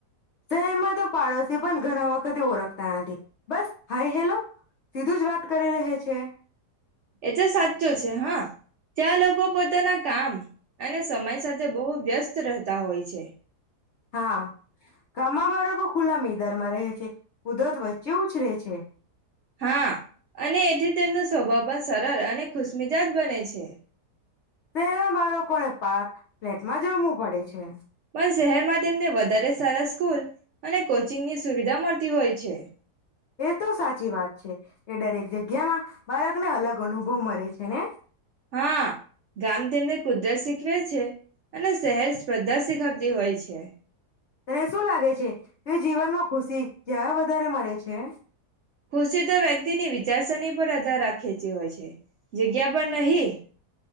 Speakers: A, on the left (about 65°); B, on the right (about 65°).
A: શહેરમાં તો પાડોશી પણ ઘણા વાખ કતે ઓ રાખ થી બસ હાઈ હેલો સીધું જ વાત કરી રહે છે
B: એ તો સાચું છે હા ત્યાં લોકો પોતાના કામ અને સમય સાથે બહુ વ્યસ્ત રહેતા હોય છે
A: હા કામ મારો કો ખુલ્લા મીધર માં રહે છે કુદરત વચ્ચે ઉછરે છે
B: હા અને એથી તેમનો સ્વભાવ પણ સરળ અને ખુશમીજાજ બને છે
A: શહેના બાળકોને પારક ફ્લેટમાં જ રમવું પડે છે
B: પણ શહેરમાં તેમને વધારે સારા સ્કૂલ અને કોચિંગની સુવિધા મળતી હોય છે
A: એ તો સાચી વાત છે એ દરેક જગ્યામાં બાળકને અલગ અનુભવ મરે છે ને
B: હા ગામ તેમને કુદરત શીખવે છે. અને શહેર સ્પર્ધા શીખાવતી હોય છે.
A: તને શું લાગે છે કે જીવનમાં ખુશી ક્યારે વધારે મળે છે. છે.
B: ખુશી તો વ્યક્તિની વિચારસરણી પર આધાર રાખે છે હોય છે. જગ્યા પણ નહી.